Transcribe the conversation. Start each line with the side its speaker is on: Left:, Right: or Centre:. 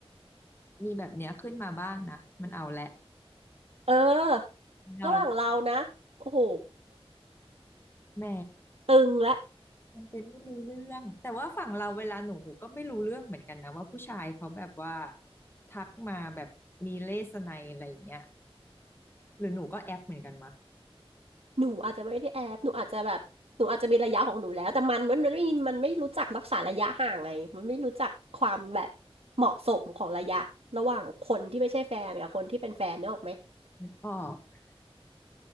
Left: มีแบบเนี้ยขึ้นมาบ้างนะมันเอาแหละ
Right: เออ
Left: มันเอาแหละ
Right: ระหว่างเรานะโอ้โห
Left: แหม
Right: ตึงและ
Left: มันเป็นไม่รู้เรื่องแต่ว่าฝั่งเราเวลาหนูหนูก็ไม่รู้เรื่องเหมือนกันนะว่าผู้ชายเขาแบบว่าทักมาแบบมีเลสไนอะไรอย่างเงี้ย หรือหนูก็แอปเหมือนกันวะ
Right: หนูอาจจะไม่ได้แอบหนูอาจจะแบบหนูอาจจะมีระยะของหนูแล้วแต่มันมันมันไม่มันไม่รู้จักรักษาระยะห่างไงมันไม่รู้จักความแบบเหมาะสมของระยะระหว่างคนที่ไม่ใช่แฟนกับคนที่เป็นแฟนเนี่ยออกไหม
Left: ออก